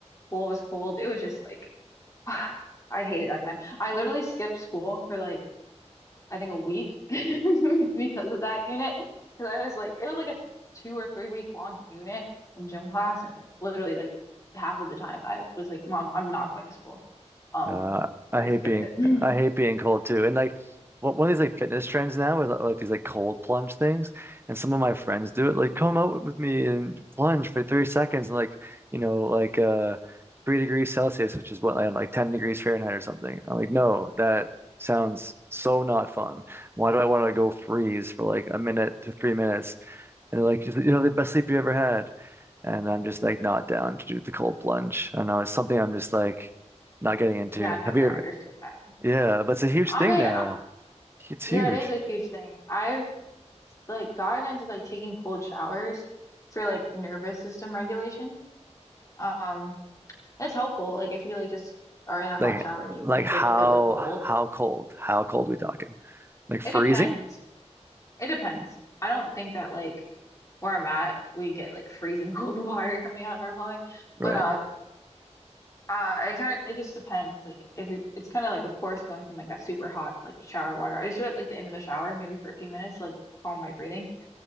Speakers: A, on the left (about 25°); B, on the right (about 20°).
A: pool was cold. It was just like <sighs> I hated that time. I literally skipped school for like I think a week <laughs> because of that unit. Because I was like, it was like a two or three week long unit in gym class, and literally like half of the time I was like, Mom, I'm not going to school. Um,
B: Uh, I
A: so I
B: hate
A: skipped
B: being
A: it. <clears throat>
B: I hate being cold too. And like one one of these like fitness trends now is like these like cold plunge things. And some of my friends do it. Like come out with me and plunge for 30 seconds and like, you know, like uh three degrees Celsius, which is what I don't know, like 10 degrees Fahrenheit or something. I'm like, no, that sounds so not fun. Why do I want to go freeze for like a minute to three minutes and they're like, you know, the best sleep you ever had. And I'm just like not down to do the cold plunge. I know. It's something I'm just like not getting into.
A: Yeah, I've never
B: Have you ever?
A: understood that.
B: Yeah, but it's a huge
A: I
B: thing
A: mean,
B: now.
A: I-
B: It's
A: yeah,
B: huge.
A: it is a huge thing. I've like gotten into like taking cold showers for like nervous system regulation. Um, It's helpful. Like if you like just are in a hot
B: Like,
A: shower
B: like
A: and you crank
B: how
A: it to the cold.
B: how cold? How cold we talking? Like freezing?
A: It depends. It depends. I don't think that like where I'm at, we get like freezing cold <laughs> water coming out of our plumbing.
B: Right.
A: But uh uh it kind of it just depends. Like if you it's kind of like of course going from like that super hot like shower water. I just do it like the end of the shower, maybe for a few minutes, to, like calm my breathing.